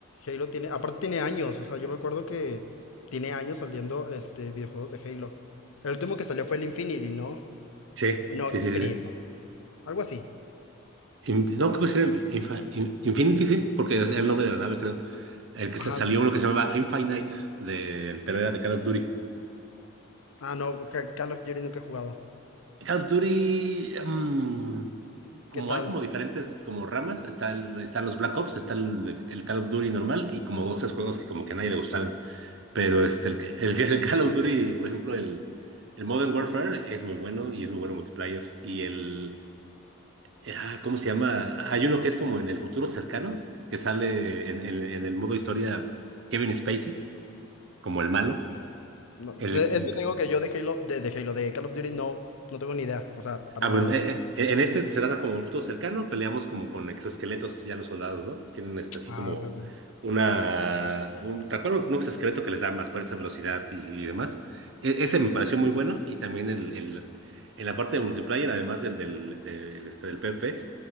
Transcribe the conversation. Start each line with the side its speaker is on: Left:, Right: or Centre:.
Left: Halo tiene. Aparte tiene años. O sea, yo me acuerdo que tiene años saliendo este videojuegos de Halo. El último que salió fue el Infinity, ¿no?
Right: Sí,
Left: No,
Right: sí,
Left: Infinite.
Right: sí, sí. sí.
Left: Algo así.
Right: In- no, creo que sí era Infi- In- Infinity, sí, porque es el nombre de la nave, creo. El que
Left: Ajá,
Right: sa- salió
Left: sí. sí.
Right: uno que se llamaba Infinite, del- pero era de Call of Duty.
Left: Ah, no, Ca- Call of Duty nunca he jugado.
Right: Call of Duty, mm, como
Left: ¿Qué tal?
Right: hay como diferentes como ramas, está el- están los Black Ops, está el, el Call of Duty normal y como dos, tres juegos que como que a nadie le gustaron. Pero este, el, el, el Call of Duty, por ejemplo, el, el Modern Warfare es muy bueno y es muy bueno multiplayer. Y el, Eh, ah, ¿Cómo se llama? Hay uno que es como en el futuro cercano, que sale en, en- en el modo historia Kevin Spacey, como el malo.
Left: No, te-
Right: El,
Left: es que te digo que yo de Halo, de, de Halo, de Call of Duty no, no tengo ni idea. O sea, para
Right: ah, bueno,
Left: nada.
Right: eh, eh, en este será como un futuro cercano, peleamos como con exoesqueletos, ya los soldados, ¿no? Tienen este, así
Left: Ah,
Right: como
Left: ok, ok.
Right: una, un, tal cual un exoesqueleto que les da más fuerza, velocidad y, y demás. E- ese me pareció muy bueno y también el, el- en la parte de multiplayer, además del, del, del, este, del PvP.